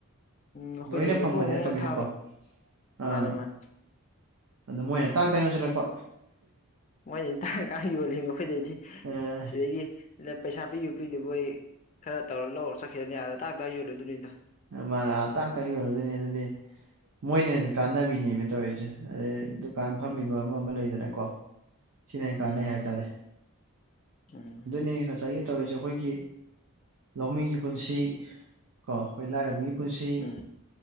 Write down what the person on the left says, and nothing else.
ꯑꯩꯈꯣꯏꯗꯩꯗꯤ
ꯍꯣꯡ ꯍꯣꯡꯅ
ꯊꯥꯕ
ꯃꯥꯅꯦ ꯃꯥꯅꯦ
ꯃꯣꯏꯅꯤ ꯇꯥꯡ ꯇꯥꯡ ꯌꯣꯜꯂꯤꯅꯤ ꯑꯩꯈꯣꯏꯗꯩꯗꯤ
ꯁꯤꯗꯒꯤ ꯅ ꯄꯩꯁꯥ ꯄꯤꯌꯣ ꯄꯤꯗꯨꯕꯣꯏ ꯈꯔ ꯇꯧꯔ ꯂꯧꯔ ꯆꯠꯈꯤꯔꯅꯤ ꯑꯥꯗ ꯇꯥꯛ ꯇꯥ ꯌꯣꯜꯂꯨꯗꯣꯏꯅꯤꯗꯣ
ꯎꯝ
ꯎꯝ
ꯎꯝ
ꯎꯝ